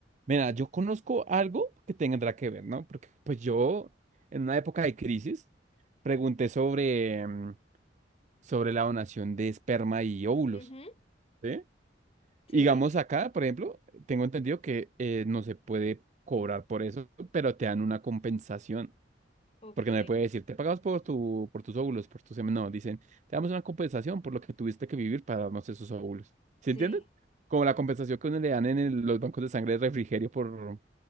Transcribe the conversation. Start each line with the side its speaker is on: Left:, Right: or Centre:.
Right: Mira, yo conozco algo que tendrá que ver, ¿no? Porque pues yo, en una época de crisis, pregunté sobre, mm, sobre la donación de esperma y óvulos,
Left: Ujú,
Right: ¿sí?
Left: sí,
Right: Digamos acá, por ejemplo, tengo entendido que eh, no se puede cobrar por eso, pero te dan una compensación.
Left: ok,
Right: Porque no me puede decir, te pagamos por tu, por tus óvulos, por tus semen. No, dicen, te damos una compensación por lo que tuviste que vivir para darnos esos óvulos. ¿Sí
Left: sí,
Right: entiendes? Como la compensación que uno le dan en el- los bancos de sangre de refrigerio por,